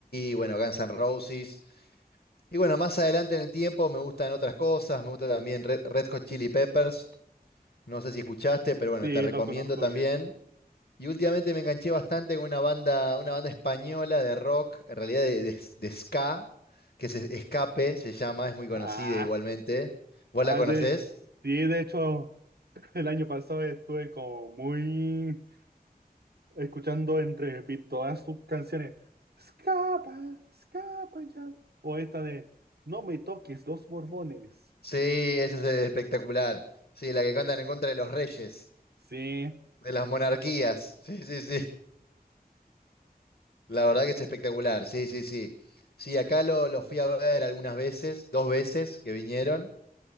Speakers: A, on the left; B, on the right.
A: bueno, Guns N' Roses. Y bueno, más adelante en el tiempo me gustan otras cosas, me gusta también Red, Red Hot Chili Peppers, no sé si escuchaste, pero bueno,
B: sí,
A: te recomiendo
B: lo conozco
A: también.
B: bien.
A: Y últimamente me enganché bastante con una banda, una banda española de rock, en realidad de, de- de ska, que es Escape, se llama, es muy conocida
B: Ah,
A: igualmente. ¿Vos
B: ah,
A: la conocés?
B: de- sí, de hecho, el año pasado estuve como muy escuchando en repeat todas sus canciones. Escapa, escapa ya. O esta de No me toques los Borbones.
A: Sí, esa es espectacular. Sí, la que cantan
B: Sí,
A: en contra de los reyes,
B: sí,
A: de las monarquías. Sí, sí, sí.
B: mm,
A: La verdad que es espectacular, sí, sí, sí. Sí, acá lo, lo fui a ver algunas veces, dos veces que vinieron,